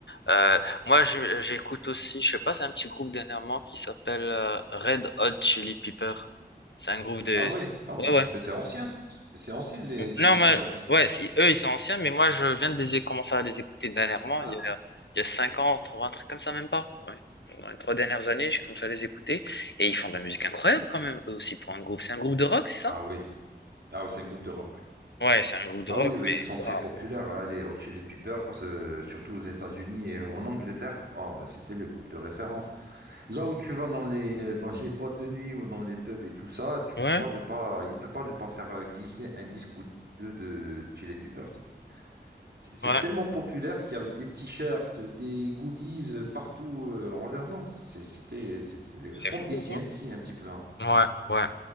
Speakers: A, on the left (about 80°); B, on the right (about 70°).
A: Euh, moi, je- euh, j'écoute aussi, je sais pas, c'est un petit groupe dernièrement qui s'appelle euh, Red Hot Chili Pepper. C'est un groupe de...
B: Ah ouais, ah ouais.
A: Ouais, ouais.
B: Mais c'est ancien. Mais c'est ancien, les Chili
A: Non, mais
B: Peppers.
A: ouais, c'est- eux, ils sont anciens, mais moi, je viens de les... commencer à les écouter dernièrement,
B: Ah,
A: il y a, il y a 5 ans, ou un truc comme ça, même pas. Ouais. Dans les trois dernières années, j'ai commencé à les écouter. Et ils font de la musique incroyable quand même, eux aussi, pour un groupe. C'est un groupe de rock, c'est ça?
B: ah oui. Ah oui, c'est un groupe de rock, ouais.
A: Ouais, c'est un groupe de
B: Ah
A: rock,
B: oui, oui,
A: mais
B: ils sont très
A: waouh.
B: populaires, hein, les Hot Chili Peppers, euh, surtout aux États-Unis et en Angleterre. Oh, bah, c'était le groupe de référence. Là où tu vas dans les, dans les boîtes de nuit ou dans les pubs et tout ça, tu
A: Ouais,
B: peux pas ne pas, il peut pas ne pas faire euh, glisser un disque ou deux de Chili Peppers. C'est c'est
A: ouais.
B: tellement populaire qu'il y avait des t-shirts, des goodies euh, partout euh, en leur nom. C'est- C'était c'est- c'est
A: C'est
B: comme
A: fou,
B: ac un
A: hein?
B: petit peu. hein
A: Ouais, ouais.